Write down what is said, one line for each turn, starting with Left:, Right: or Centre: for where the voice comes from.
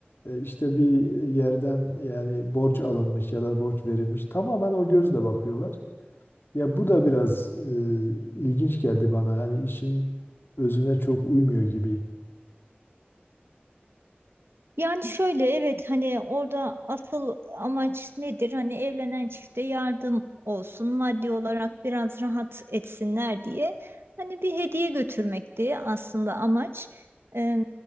Left: e, işte bir yerden yani borç alınmış ya da borç verilmiş. Tamamen o gözle bakıyorlar. Ya bu da biraz e, ilginç geldi bana. Yani işin özüne çok uymuyor gibi.
Right: Yani şöyle evet hani orada asıl amaç nedir? Hani evlenen çifte yardım olsun, maddi olarak biraz rahat etsinler diye. Hani bir hediye götürmekti aslında amaç. Eee,